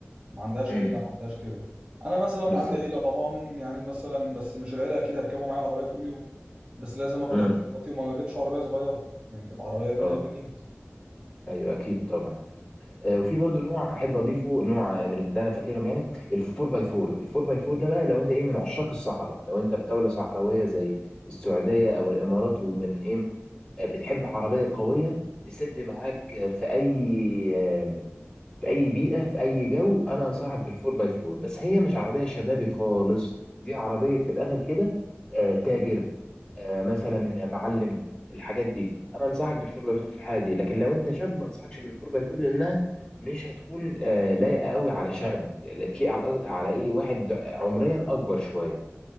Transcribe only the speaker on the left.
امم
بالظبط
امم
اه
ايوه اكيد طبعا آه، وفي برضو نوع احب اضيفه نوع من اللي انا فاكرهم يعني الفور باي فور الفور باي فور ده بقى لو انت ايه من عشاق الصحراء لو انت في دوله صحراويه زي السعوديه او الامارات ومن ايه آه، بتحب عربيه قويه تسد معاك آه، في اي في اي بيئه في اي جو انا انصحك بالفور باي فور بس هي مش عربيه شبابي خالص دي عربيه من الاخر كده آه تاجر آه مثلا معلم الحاجات دي انا انصحك بالفور باي فور في الحاله دي لكن لو انت شاب ما انصحكش بالفور باي فور لانها مش هتكون آه لايقه قوي على شاب تليق على على ايه واحد عمريا اكبر شويه